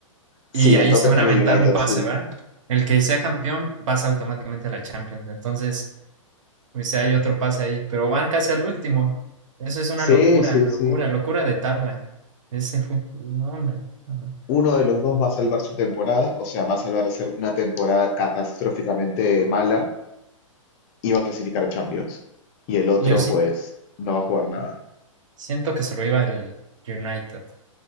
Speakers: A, on the left; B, on the right.
A: Sí,
B: y ahí
A: el Tottenham
B: se van a aventar
A: y el United,
B: un pase,
A: sí.
B: ¿va? El que sea campeón pasa automáticamente a la Champions. Entonces, pues ya hay otro pase ahí, pero van casi al último. Eso es una
A: Sí,
B: locura,
A: sí,
B: locura,
A: sí.
B: locura de tabla. Ese fue, no, hombre. no, no.
A: Uno de los dos va a salvar su temporada, o sea, va a salvar de ser una temporada catastróficamente mala y va a clasificar a Champions. Y el otro,
B: Yo sí,
A: pues, no va a jugar nada.
B: siento que se lo iba el United.